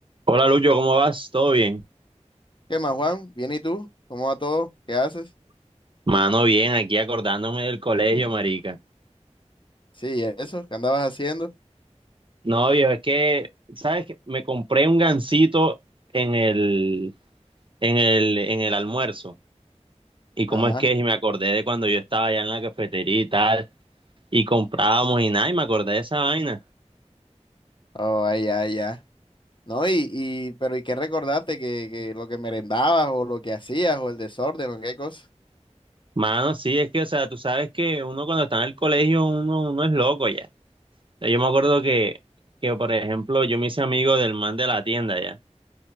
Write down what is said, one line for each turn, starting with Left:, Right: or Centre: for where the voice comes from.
Right: Hola Lucho, ¿cómo vas? ¿Todo bien?
Left: ¿Qué más, Juan? ¿Bien y tú? ¿Cómo va todo? ¿Qué haces?
Right: Mano, bien, aquí acordándome del colegio, marica.
Left: Sí, eso, ¿qué andabas haciendo?
Right: No, viejo, es que, ¿sabes qué? Me compré un gansito en el, en el, en el almuerzo. ¿Y cómo
Left: Ajá.
Right: es que es? Y me acordé de cuando yo estaba allá en la cafetería y tal, y comprábamos y nada, y me acordé de esa vaina.
Left: Oh, ay, ya, ya. No, y, y, pero ¿y qué recordaste? ¿Que, que lo que merendabas o lo que hacías o el desorden o qué cosa?
Right: Mano, sí, es que, o sea, tú sabes que uno cuando está en el colegio, uno, uno es loco ya. O sea, Yo me acuerdo que, que, por ejemplo, yo me hice amigo del man de la tienda ya.